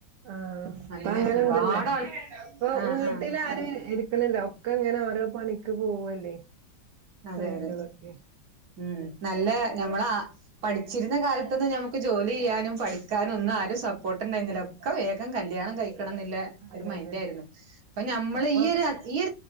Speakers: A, on the right; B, on the right.
A: ആ അപ്പ
B: അങ്ങനെ
A: അങ്ങനുണ്ടല്ലോ
B: ഒരുപാട് ആൾ
A: ഇപ്പൊ
B: ആഹ്
A: വീട്ടിൽ
B: ആഹ്
A: ആരും ഇരിക്കണില്ലോ ഒക്കെ ഇങ്ങനെ ഓരോ പണിക്ക് പോവല്ലേ സ്ത്രീകളൊക്കെ
B: അതെ അതെ ഉം നല്ല ഞമ്മളാ പഠിച്ചിരുന്ന കാലത്ത് ഞമ്മുക്ക് ജോലി ചെയ്യാനും പഠിക്കാനും ഒന്നും ആരും സ പോട്ടുണ്ടായിരുന്നില്ല
A: ആഹ്
B: ഒക്കെ വേഗം കല്ല്യാ ല്യാണം കഴി ക്കണം ന്നില്ല
A: അതന്നെ
B: ഒരു മൈന്റായിരുന്നു അപ്പൊ നമ്മള്
A: ഇപ്പൊ
B: ഈയൊരു ഈയ